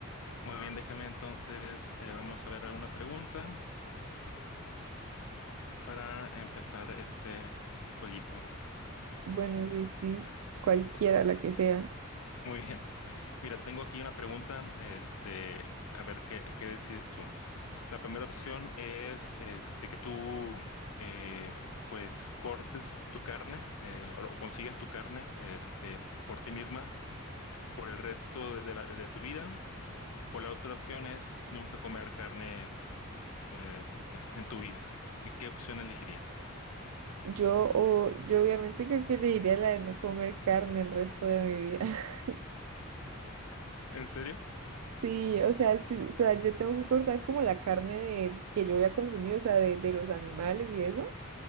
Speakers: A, on the left (about 70°); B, on the right (about 80°).
A: Muy bien, déjame entonces, eh, vamos a ver alguna pregunta para empezar este jueguito.
B: Bueno, sí, sí, cualquiera, la que sea.
A: Muy bien. Mira, tengo aquí una pregunta, este, a ver qué, qué decides tú. La primera opción es este, que tú eh, pues cortes tu carne eh, o lo- consigas tu carne este, por ti misma por el resto de, la- de tu vida. O la otra opción es nunca comer carne eh, en tu vida. ¿Y qué opción elegirías?
B: Yo, o yo obviamente creo que te diría la de no comer carne el resto de mi vida. <laughs>
A: ¿En serio?
B: Sí, o sea, sí, o sea, yo tengo que cortar como la carne de, que yo voy a consumir, o sea, de, de los animales y eso.